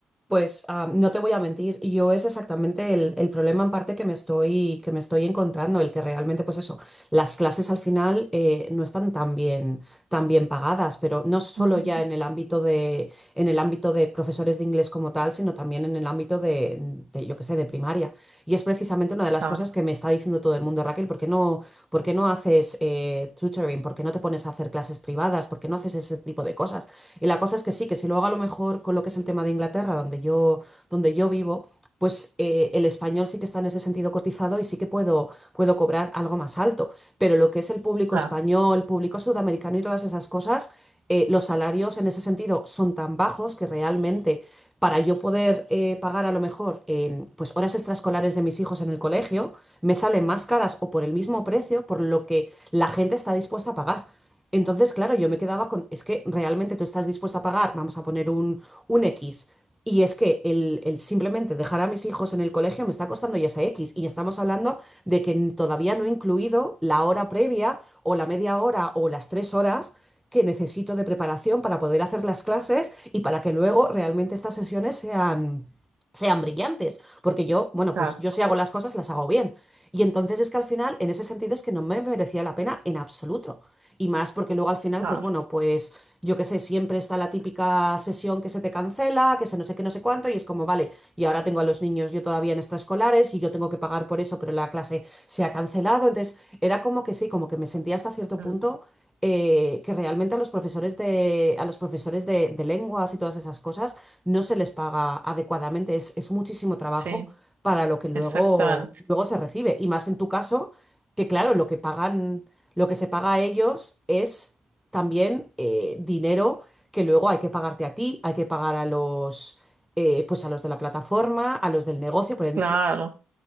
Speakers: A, in the centre; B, on the right (about 45°).
A: Pues ah, no te voy a mentir, yo es exactamente el, el problema en parte que me estoy, que me estoy encontrando, el que realmente, pues eso, las clases al final eh, no están tan bien, tan bien pagadas, pero no solo
B: Ujú.
A: ya en el ámbito de, en el ámbito de profesores de inglés como tal, sino también en el ámbito de, de, yo qué sé, de primaria. Y es precisamente una de las
B: Claro,
A: cosas que me está diciendo todo el mundo, Raquel, ¿por qué no, por qué no haces eh, tutoring? ¿Por qué no te pones a hacer clases privadas? ¿Por qué no haces ese tipo de cosas? Y la cosa es que sí, que si luego a lo mejor con lo que es el tema de Inglaterra, donde yo, donde yo vivo, pues eh, el español sí que está en ese sentido cotizado y sí que puedo, puedo cobrar algo más alto. Pero lo que es el público
B: claro,
A: español, público sudamericano y todas esas cosas, eh, los salarios en ese sentido son tan bajos que realmente para yo poder eh, pagar a lo mejor eh, pues horas extraescolares de mis hijos en el colegio, me salen más caras o por el mismo precio por lo que la gente está dispuesta a pagar. Entonces, claro, yo me quedaba con, es que realmente tú estás dispuesta a pagar, vamos a poner un, un X, y es que el, el simplemente dejar a mis hijos en el colegio me está costando ya ese X, y estamos hablando de que todavía no he incluido la hora previa o la media hora o las tres horas que necesito de preparación para poder hacer las clases y para que luego realmente estas sesiones sean, sean brillantes, porque yo, bueno,
B: claro,
A: pues yo si hago las cosas, las hago bien. Y entonces es que al final, en ese sentido, es que no me merecía la pena en absoluto y más porque luego al final,
B: claro.
A: pues bueno, pues yo qué sé, siempre está la típica sesión que se te cancela, que se no sé qué, no sé cuánto, y es como, vale, y ahora tengo a los niños yo todavía en extraescolares y yo tengo que pagar por eso, pero la clase se ha cancelado, entonces era como que sí, como que me sentía hasta cierto
B: Mm,
A: punto eh, que realmente a los profesores de, a los profesores de, de lenguas y todas esas cosas no se les paga adecuadamente, es, es muchísimo trabajo
B: Sí,
A: para lo que luego,
B: exactamente,
A: luego se recibe, y más en tu caso, que claro, lo que pagan... Lo que se paga a ellos es también eh, dinero que luego hay que pagarte a ti, hay que pagar a los, eh, pues a los de la plataforma, a los del negocio, por ejemplo,
B: claro.